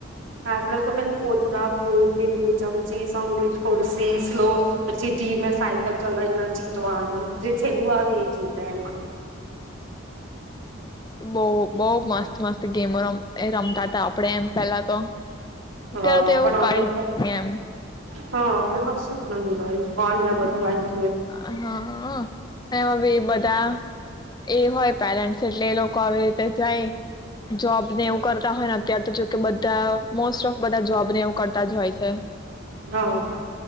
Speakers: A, on the right; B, on the left.
A: આપડે તો પેલું કોથળા કુદ લીંબુ ચમચી, સંગીત કુર્સી, સ્લો પછી સીધી મેં સાયકલ ચલાવીને જીતવાનું. જે છેલ્લું આવે એ જીતા એમાં.
B: બહ બહુ મસ્ત મસ્ત ગેમો ર એ રમતા આપણેે એમ પેલા તો,
A: હા
B: અત્યારે તો એવું
A: પણ
B: કઇ
A: હવે તો
B: એમ
A: હા હવે કશું જ નથી રહય્યું ફોન મ બધુંય આયુ.
B: હા એમાં બી બધા એ હોય પેરેન્ટ્સ એટલે એ લોકો આવી રીતે જાય જોબને એવું કરતા હોય ને અત્ય્યારે તો જોકે બધા મોસ્ટ ઓફ બધા જોબ ને એવું કરતા જ હોય છે.
A: હમ